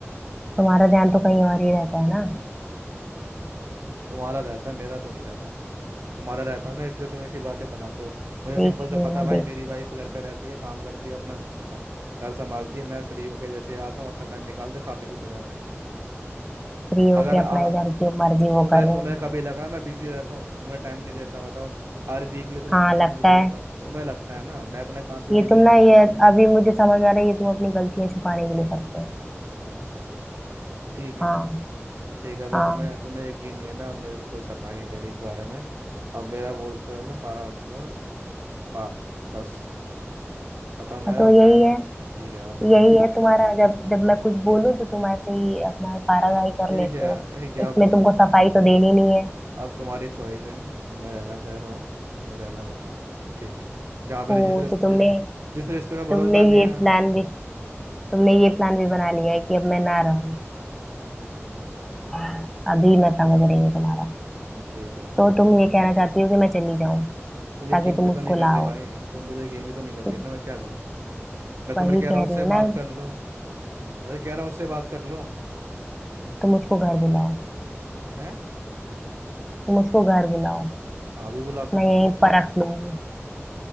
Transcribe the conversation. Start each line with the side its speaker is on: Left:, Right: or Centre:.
Centre: तुम्हारा ध्यान तो कहीं और ही रहता है ना
Right: तुम्हारा रहता है मेरा तो नहीं रहता तुम्हारा रहता है ना इसलिए तुम ऐसी बातें बनाते हो मुझे
Centre: देख
Right: सिंपल सा
Centre: लूँ
Right: बता
Centre: मैं
Right: भाई
Centre: देख
Right: मेरी वाइफ घर पे रहती है काम करती है अपना ब- घर संभालती है मैं फ्री होके जैसे आता हूँ अच्छा टाइम निकालते खा पी के सो जाते हैं
Centre: फ्री होके
Right: अगर आ,
Centre: अपना इधर जो मर्जी वो
Right: तुम्हें
Centre: करूँ
Right: तुम्हें
Centre: मैं।
Right: कभी लगा मैं बिजी रहता हूँ तुम्हें टाइम नहीं देता बताओ हर वीकली तुम्हें
Centre: हाँ
Right: मूवी
Centre: लगता
Right: लेके जाता
Centre: है
Right: हूँ तुम्हें लगता है ना मैं अपने काम के
Centre: ये
Right: बीच
Centre: तुम
Right: भी संभालता
Centre: ना ये
Right: हूँ
Centre: अभी मुझे समझ आ रहा है ये तुम अपनी गलतियां छुपाने के लिए करते हो
Right: अच्छा ठीक है
Centre: हाँ
Right: ठीक है अगर
Centre: हाँ
Right: तुम्हें तुम्हें यकीन नहीं है ना अब मेरे को कोई सफाई नहीं देनी इस बारे में अब मेरा बोलते हो ना पारा हो चुका है पार बस खत्म है
Centre: हाँ, तो
Right: अब
Centre: यही
Right: मैं नहीं-
Centre: है
Right: ठीक है अब मैं
Centre: यही
Right: नहीं कर
Centre: है
Right: सकता
Centre: तुम्हारा
Right: अब
Centre: जब जब मैं कुछ बोलूं तो तुम ऐसे ही अपना पारागाही कर
Right: ठीक
Centre: लेते
Right: है
Centre: हो
Right: ठीक है अब
Centre: इसमें
Right: तुम
Centre: तुमको सफाई तो देनी नहीं है
Right: अब तुम्हारी चॉइस है तुम्हें रहना चाह रहा हो नहीं रहना मत रहो ठीक है जहाँ पे
Centre: हो
Right: जिस रिश्ते
Centre: तो तुमने
Right: जिस जिस रिश्ते में भरोसा
Centre: तुमने ये
Right: नहीं है
Centre: प्लान भी तुमने ये प्लान भी बना लिया है कि अब मैं ना रहूं हाँ, अभी मैं
Right: है
Centre: समझ
Right: ना
Centre: रही हूँ तुम्हारा
Right: हम्म, ठीक है कोई
Centre: तो
Right: बात
Centre: तुम
Right: नहीं
Centre: ये
Right: तुम
Centre: कहना चाहती हो कि मैं चली जाऊं
Right: तुम यकीन
Centre: ताकि तुम
Right: भी तो
Centre: उसको
Right: नहीं कर
Centre: लाओ
Right: रही भाई तुम भी तो यकीन भी तो नहीं कर
Centre: तो
Right: रही ना मैं क्या करूँ मैं तुम्हें
Centre: वही
Right: कह
Centre: कह
Right: रहा हूँ उससे
Centre: रही हूँ
Right: बात
Centre: ना
Right: कर लो मैं तो कह रहा हूँ उससे बात कर लो
Centre: तुम उसको घर बुलाओ
Right: हैं
Centre: तुम उसको घर बुलाओ
Right: हाँ अभी बुलाता
Centre: मैं
Right: हूँ
Centre: यहीं परख लूंगी